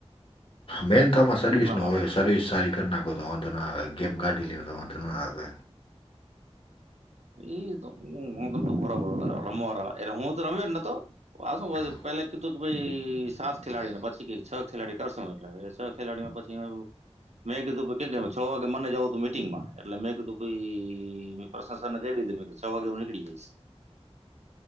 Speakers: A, on the left (about 55°); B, on the right (about 80°).
A: મેન તો આમાં સર્વિસ
B: એટલા
A: નો
B: માટે
A: હોય સર્વિસ સારી કર નાખો તો વાંધો ન આવે ગેમ કાઢી લયો તો વાંધો ન આવે.
B: એ તો હું તમ ત <unintelligible> એલે હું તો રમ્યો ન તો <unintelligible>
A: હા
B: પેલા કીધું કે ભાઈ સાત ખેલાડી છે પછી કે છ ખેલાડી કરશો એટલે <unintelligible> ખેલાડીઓમાં પછી આમ મેં કીધું કેમ કે છ વાગે મને જવું તું મીટિંગમાં એટલે મેં કીધું ભાઈ પ્રસ સરને ક લી મે છ વાગે હું કળી જઈશ